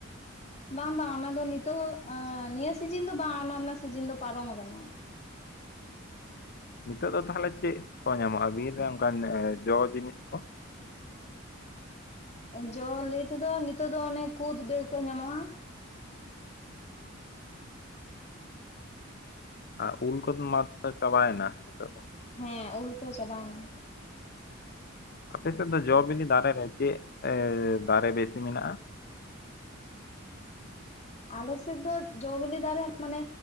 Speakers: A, on the left (about 35°); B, on the left (about 50°).
A: ᱵᱟᱝ ᱵᱟᱝ ᱚᱱᱟ ᱫᱚ ᱱᱤᱛᱚᱜ ᱮ ᱱᱤᱭᱟᱹ ᱥᱤᱡᱤᱱ ᱫᱚ ᱵᱟᱝ ᱚᱱᱟ ᱨᱮᱱᱟᱜ ᱥᱤᱡᱤᱱ ᱫᱚ ᱯᱟᱨᱚᱢ ᱟᱠᱟᱱᱟ ᱾
B: ᱱᱤᱛᱚᱜ ᱫᱚ ᱛᱟᱦᱚᱞᱮ ᱪᱮᱫ ᱠᱚ ᱧᱟᱢᱚᱜᱼᱟ ᱵᱤᱨ ᱨᱮ ᱚᱱᱠᱟᱱ ᱡᱚ ᱡᱤᱱᱤᱥ ᱠᱚ?
A: ᱡᱚ ᱞᱟᱹᱭ ᱛᱮᱫᱚ ᱱᱤᱛᱚᱜ ᱫᱚ ᱚᱱᱮ ᱠᱳᱛ ᱰᱟᱹᱣ ᱠᱚ ᱧᱟᱢᱚᱜᱼᱟ
B: ᱟᱨ ᱩᱞ ᱠᱚᱫᱚ ᱢᱟᱛᱚ ᱪᱟᱵᱟᱭᱱᱟ ᱱᱤᱛᱳᱜ ᱫᱚ
A: ᱦᱮᱸ ᱩᱞ ᱛᱚ ᱪᱟᱵᱟᱭᱮᱱᱟ
B: ᱟᱯᱮ ᱥᱮᱫ ᱫᱚ ᱡᱚ ᱵᱤᱞᱤ ᱫᱟᱨᱮ ᱨᱮ ᱪᱮᱫ ᱮ ᱫᱟᱨᱮ ᱵᱮᱥᱤ ᱢᱮᱱᱟᱜᱼᱟ?
A: ᱟᱞᱮ ᱥᱮᱫ ᱫᱚ ᱡᱚ ᱵᱤᱞᱤ ᱫᱟᱨᱮ ᱢᱟᱱᱮ